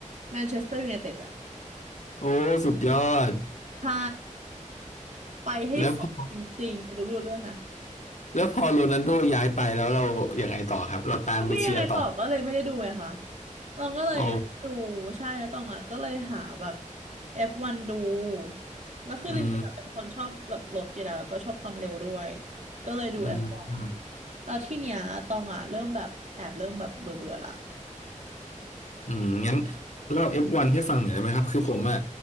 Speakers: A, on the right; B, on the left.
A: แมนเชสเตอร์ยูไนเต็ดอะ
B: โอ้สุดยอด
A: ใช่ไปให้สุดจริงๆแต่ดูไม่รู้เรื่องนะ
B: แล้วพอแล้วพอโรนัลโดย้ายไปแล้วเรายังไงต่อครับเราตามไปเชียร์ต่อ
A: ก็ไม่ยังไงต่อก็เลยไม่ได้ดูไงคะตองก็เลยไม่ได้ดูใช่แล้วตองอ่ะก็เลยหาแบบ
B: อ๋อ
A: F1 ดูแล้วคือจริงๆอ่ะเป็นคนชอบแบบรถอยู่แล้วแล้วก็ชอบความเร็วด้วย
B: อืม
A: ก็เลยดู
B: อืม
A: F1 แล้วที่เนี้ยตองอ่ะเริ่มแบบแอบเริ่มแบบเบื่อเบื่อละ
B: อืมงั้นเล่าเอฟวันให้ฟังหน่อยได้ไหมครับ คือผมอะ